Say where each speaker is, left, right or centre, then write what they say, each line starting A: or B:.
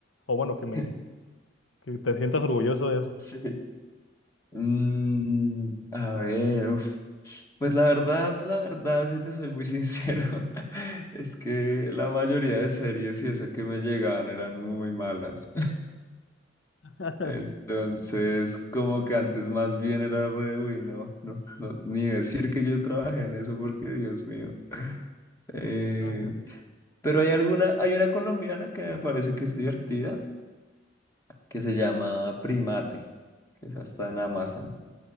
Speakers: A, on the left (about 75°); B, on the left (about 15°).
A: O bueno, que
B: <laughs>
A: me, que te sientas orgulloso de eso.
B: Sí. Mm, a ver, uf. Pues la verdad, la verdad, si te soy muy sincero, <laughs> es que la mayoría de series y eso que me llegaban eran muy malas.
A: <laughs>
B: Entonces, como que antes más bien era re, uy, no, no, no, ni decir que yo trabajé en eso porque Dios mío. Eh,
A: Ah, ent-
B: pero hay alguna, hay una colombiana que me parece que es divertida, que se llama Primate, que esa está en Amazon.